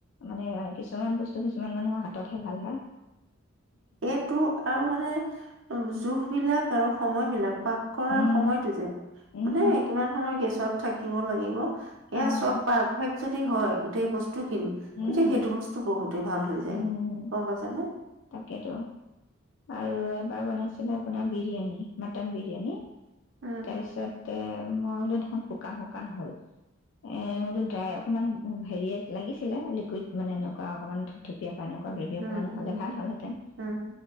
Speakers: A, on the left; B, on the right.
A: মানে কিছুমান বস্তু কিছুমান মানুহৰ হাতত হে ভাল হয়।
B: এইটো আৰু মানে জোখ বিলাক আৰু সময় বিলাক। পাক কৰাৰ
A: উম,
B: সময়তটো যে
A: উম।
B: মানে কিমান সময় গেছত থাকিব লাগিব। এয়া
A: অ'
B: চব পাৰফেক্ট যদি হয় গোটেই বস্তু কিনি তেতিয়া
A: উম,
B: সেইটো বস্তু বহুত ভাল হৈ
A: উম,
B: যায় গম পাইছা নে?
A: তাকেতো আৰু এবাৰ বনাইছিলে আপোনাৰ বিৰিয়ানী, মাটন বিৰিয়ানী।
B: উম
A: তাৰপিছতে- মই বোলো দেখোন শুকান শুকান হল এ বোলো ড্ৰাই অকনমান হেৰিয়ে লাগিছিলে লিকুইড মানে এনেকুৱা অকনমান ধুপ ধুপ <unintelligible> এনেকুৱা
B: উম
A: গ্ৰেভি অকমান
B: উম
A: হলে ভাল হলহেঁতেন।
B: উম